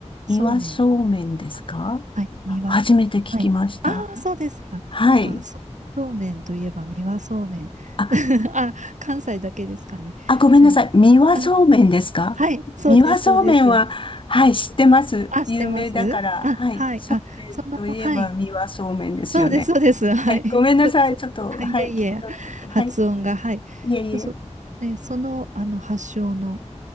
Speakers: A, on the left (about 45°); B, on the right (about 85°).
A: 岩そうめんですか
B: そうめんの。あ、はい、三輪。
A: 初めて聞きました。
B: はい。ああ、そうですか。
A: はい。
B: なんか、そ、そうめんといえば三輪そうめん。
A: あ
B: <laughs> あ、関西だけですかね。
A: あ、ごめんなさい。
B: その、
A: 三輪そうめんですか三輪そうめんは、
B: あ、はい、そうです、そうです。
A: はい、知ってます。
B: あ、
A: 有名だから、
B: してますあ、
A: はい。
B: はい。
A: そうめんといえば三輪そうめんですよね。
B: あ、その、はい。そうです、そうです。<laughs> はい。
A: はい。ごめんなさい。
B: そ、そ、
A: ちょっと、はい。
B: あいえいえ、
A: 聞き取れなくて。はい。
B: 発音が、はい。
A: いえいえ。
B: そ、そねその、あの、発祥の